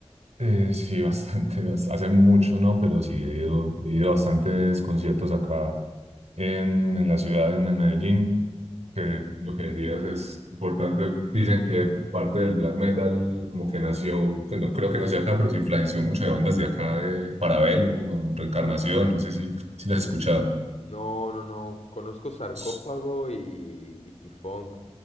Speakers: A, on the right (about 70°); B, on the left (about 70°).
A: Eh, sí, <laughs> bastante. bas- Hace mucho, ¿no? Pero sí, he ido, he ido a bastantes conciertos acá en, en la ciudad, en, en Medellín, que lo que decías es importante. Dicen que parte del black metal como que nació, pues no creo que nació acá, pero se influenció mucho de bandas de acá, de Parabellum, Reencarnación, no sé si, si las has escuchado.
B: No, no, no. Conozco Sarcófago
A: S-
B: y, y Tifón.